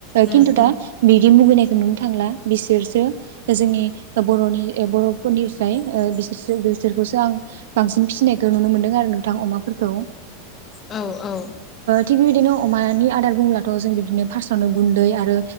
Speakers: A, on the left; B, on the right.
A: उम
B: खिन्थु दा
A: उम
B: बिदि मुगैनाय नुनो थांला बिसोरसो जोंनि बर'नि बर'फोरनिफ्राय बिसोरसो बिसोरखौसो आं बांसिन फिसिनायखौ नुनो मोन्दों आरो नोंथां अमाफोरखौ
A: औ औ
B: थिग बेबायदिनो अमानि आदार बुंब्लाथ' जों बिदिनो फार्स्ट आवनो गुन्दै आरो